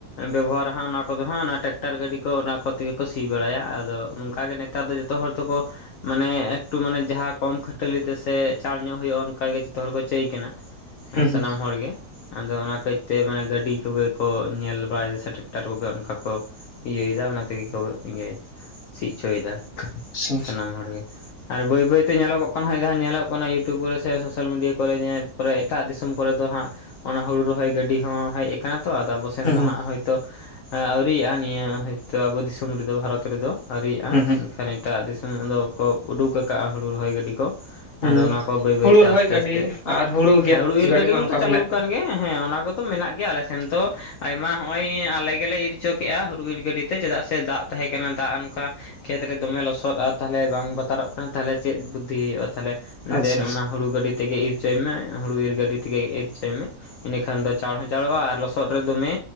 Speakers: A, on the left; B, on the left.
A: ᱵᱮᱵᱚᱦᱟᱨᱟ ᱦᱟᱸᱜ ᱚᱱᱟ ᱠᱚᱫᱚ ᱦᱟᱸᱜ ᱚᱱᱟ ᱴᱮᱠᱴᱟᱨ ᱜᱟᱹᱰᱤ ᱠᱚ ᱚᱱᱟ ᱠᱚᱛᱮ ᱜᱮᱠᱚ ᱥᱤ ᱵᱟᱲᱟᱭᱟ ᱟᱫᱚ ᱱᱚᱝᱠᱟ ᱜᱮ ᱱᱮ ᱛᱟᱨ ᱫᱚ ᱡᱚᱛᱚ ᱦᱚᱲ ᱛᱮᱠᱚ ᱢᱟᱱᱮ ᱮᱠᱴᱩ ᱢᱟᱱᱮ ᱡᱟᱦᱟᱸ ᱠᱚᱢ ᱠᱷᱟᱹᱴᱟᱹᱞᱤ ᱛᱮ ᱥᱮ ᱪᱟᱸᱲ ᱧᱚᱜ ᱦᱩᱭᱩᱜᱼᱟ ᱚᱱᱠᱟ ᱜᱮ ᱡᱚᱛᱚ ᱦᱚᱲ ᱠᱚ ᱪᱟᱹᱭ ᱠᱟᱱᱟ,
B: ᱦᱩᱸ
A: ᱮᱸ ᱥᱟᱱᱟᱢ ᱦᱚᱲ ᱜᱮ᱾ ᱟᱫᱚ ᱚᱱᱟ ᱠᱟᱹᱪᱛᱮ ᱢᱟᱱᱮ ᱜᱟᱹᱰᱤ ᱠᱚᱜᱮ ᱠᱚ ᱧᱮᱞ ᱵᱟᱲᱟᱭᱫᱟ ᱥᱮ ᱴᱮᱠᱴᱟᱨ ᱠᱚᱜᱮ ᱚᱱᱠᱟ ᱠᱚ ᱤᱭᱟᱹᱭᱫᱟ ᱚᱱᱟ ᱛᱮᱜᱮ ᱠᱚ ᱤᱭᱟᱹ ᱥᱤ ᱚᱪᱚᱭᱫᱟ
B: ᱦᱩᱸ
A: ᱥᱟᱱᱟᱢ ᱦᱚᱲ ᱜᱮ᱾ ᱟᱨ ᱵᱟᱹᱭ ᱵᱟᱹᱭ ᱛᱮ ᱧᱮᱞᱚᱜᱚᱜ ᱠᱟᱱᱟ ᱦᱳᱭ ᱡᱟᱦᱟᱸ ᱧᱮᱞᱚᱜ ᱠᱟᱱᱟ ᱤᱭᱩᱴᱩᱵᱽ ᱠᱚᱨᱮ ᱥᱮ ᱥᱳᱥᱟᱞ ᱢᱤᱰᱤᱭᱟ ᱠᱚᱨᱮ ᱧᱮ ᱯᱚᱨᱮ ᱮᱴᱟᱜ ᱫᱤᱥᱚᱢ ᱠᱚᱨᱮ ᱫᱚ ᱦᱟᱸᱜ ᱚᱱᱟ ᱦᱩᱲᱩ ᱨᱚᱦᱚᱭ ᱜᱟᱹᱰᱤ ᱦᱚᱸ ᱦᱮᱡ ᱟᱠᱟᱱᱟ ᱛᱚ ᱟᱫᱚ ᱟᱵᱚ ᱥᱮᱱ
B: ᱦᱩᱸ
A: ᱫᱚ ᱦᱟᱸᱜ
B: ᱦᱩᱸ
A: ᱦᱳᱭᱛᱚ ᱮᱸ ᱟᱹᱣᱨᱤᱭᱟᱜᱼᱟ ᱱᱤᱭᱟᱹ ᱦᱳᱭᱛᱚ ᱟᱵᱚ ᱫᱤᱥᱚᱢ ᱨᱮᱫᱚ ᱵᱷᱟᱨᱚᱛ ᱨᱮᱫᱚ᱾ ᱟᱹᱣᱨᱤᱭᱟᱜᱼᱟ
B: ᱦᱩᱸ ᱦᱩᱸ
A: ᱮᱱᱠᱷᱟᱱ ᱮᱴᱟᱜ ᱫᱤᱥᱚᱢ ᱫᱚᱠᱚ ᱩᱰᱩᱠᱟ ᱠᱟᱜᱼᱟ ᱦᱩᱲᱩ ᱨᱚᱦᱚᱭ ᱜᱟᱹᱰᱤ ᱠᱚ᱾ ᱟᱫᱚ
B: ᱦᱩᱸ
A: ᱚᱱᱟ ᱠᱚ ᱵᱟᱹᱭ ᱵᱟᱹᱭᱛᱮ
B: ᱦᱩᱲᱩ
A: ᱟᱥᱛᱮ
B: ᱨᱚᱦᱚᱭ ᱜᱟᱹᱰᱤ
A: ᱟᱥ ᱛᱮ,
B: ᱟᱨ ᱜᱮᱫ
A: ᱦᱮᱸ ᱦᱩᱲᱩ ᱤᱨ ᱜᱟᱹᱰᱤ
B: ᱢᱟ
A: ᱢᱟᱛᱚ
B: ᱚᱱᱠᱟ
A: ᱪᱟᱹᱞᱩᱣ
B: ᱢᱮᱱᱟᱜ
A: ᱠᱟᱱ ᱜᱮ ᱦᱮᱸ ᱚᱱᱟ ᱠᱚᱫᱚ ᱢᱮᱱᱟᱜ ᱜᱮᱭᱟ ᱟᱞᱮ ᱥᱮ ᱥᱮᱱ ᱫᱚ ᱟᱭᱢᱟ ᱦᱚᱸᱜᱼᱚᱭ ᱟᱞᱮ ᱜᱮᱞᱮ ᱤᱨ ᱚᱪᱚ ᱠᱮᱜᱼᱟ ᱦᱩᱨᱩ ᱤᱨ ᱜᱟᱹᱰᱤ ᱛᱮ ᱪᱮᱫᱟᱜ ᱥᱮ ᱫᱟᱜ ᱛᱟᱦᱮᱸ ᱠᱟᱱᱟ ᱫᱟᱜ ᱚᱱᱠᱟ ᱠᱷᱮᱛ ᱨᱮ ᱫᱚᱢᱮ ᱞᱚᱥᱚᱫ ᱟᱨ ᱛᱟᱦᱞᱮ ᱵᱟᱝ ᱵᱟᱛᱟᱨᱚᱜ ᱠᱟᱱᱟ ᱛᱟᱦᱞᱮ ᱪᱮᱫ ᱵᱩᱫᱽᱫᱷᱤ ᱦᱩᱭᱩᱜᱼᱟ ᱛᱟᱦᱞᱮ ᱫᱮᱱ
B: ᱟᱪᱪᱷᱟ
A: ᱚᱱᱟ
B: ᱟᱪᱪᱷᱟ
A: ᱦᱩᱲᱩ ᱜᱟᱹᱰᱤ ᱛᱮᱜᱮ ᱤᱨ ᱚᱪᱚᱭ ᱢᱮ ᱦᱩᱲᱩ ᱤᱨ ᱜᱟᱹᱰᱤ ᱛᱮᱜᱮ ᱤᱨ ᱦᱚᱪᱚᱭ ᱢᱮ᱾ ᱤᱱᱟᱹ ᱠᱷᱟᱱ ᱫᱚ ᱪᱟᱬ ᱦᱚᱸ ᱪᱟᱸᱲᱚᱜᱼᱟ ᱟᱨ ᱞᱚᱥᱚᱫ ᱨᱮ ᱫᱚᱢᱮ